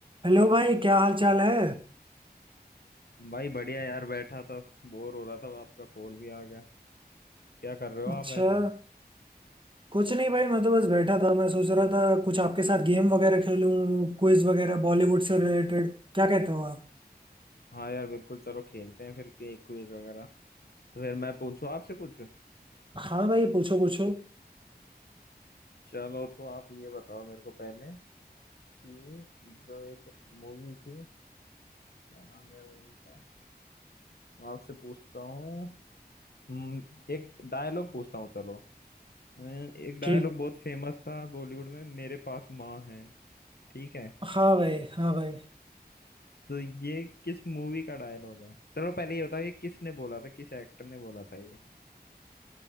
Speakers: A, on the right; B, on the left.
A: हेलो भाई क्या हाल चाल है
B: भाई बढ़िया यार बैठा था बोर हो रहा था आपका कॉल भी आ गया क्या कर रहे हो
A: अच्छा
B: आप ऐसे
A: कुछ नहीं भाई मैं तो बस बैठा था मैं सोच रहा था कुछ आपके साथ गेम वगैरह खेलूं क्विज वगैरह बॉलीवुड से रिलेटेड क्या कहते हो आप
B: हाँ यार बिल्कुल चलो खेलते हैं फिर एक क्विज वगैरह तो फिर मैं पूछूं आपसे कुछ
A: हाँ भाई पूछो पूछो
B: चलो तो आप ये बताओ मेरे को पहले कि जो एक मूवी थी क्या नाम है यार मूवी का मैं आपसे पूछता हूँ हम्म, एक डायलॉग पूछता हूँ चलो अम, एक डायलॉग
A: ठीक
B: बहुत फेमस था बॉलीवुड में मेरे पास माँ है ठीक है
A: हाँ भाई हाँ भाई
B: तो ये किस मूवी का डायलॉग है चलो पहले ये बताओ ये किसने बोला था किस एक्टर ने बोला था ये